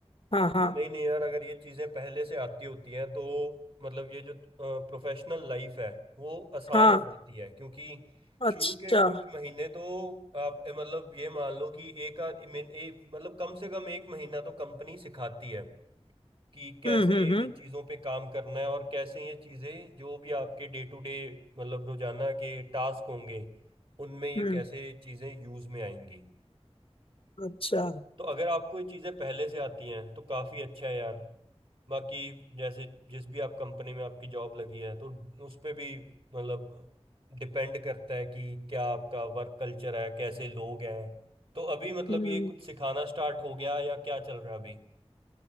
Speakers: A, on the left; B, on the right.
A: हाँ हाँ
B: नहीं नहीं यार अगर ये चीज़ें पहले से आती होती हैं तो मतलब ये जो प्रोफेशनल लाइफ है वो आसान
A: हाँ
B: हो जाती है क्योंकि
A: अच्छा
B: शुरू के कुछ महीने तो आप ए, मतलब ये मान लो कि एक आध ए, मिन- ए, मतलब कम से कम एक महीना तो कंपनी सिखाती है कि कैसे
A: हम्म हम्म हम्म
B: ये चीज़ों पे काम करना है और कैसे ये चीज़ें जो भी आपके डे टू डे मतलब रोजाना के टास्क होंगे उनमें ये
A: हम्म
B: कैसे चीज़ें यूज़ में आएंगी
A: अच्छा
B: तो अगर आपको ये चीज़ें पहले से आती हैं तो काफ़ी अच्छा है यार बाकी जैसे जिस भी आप कंपनी में आपकी जॉब लगी है तो उस पे भी मतलब डिपेंड करता है कि क्या आपका वर्क कल्चर है कैसे लोग हैं तो अभी मतलब
A: हम्म
B: ये कुछ सिखाना स्टार्ट हो गया या क्या चल रहा है अभी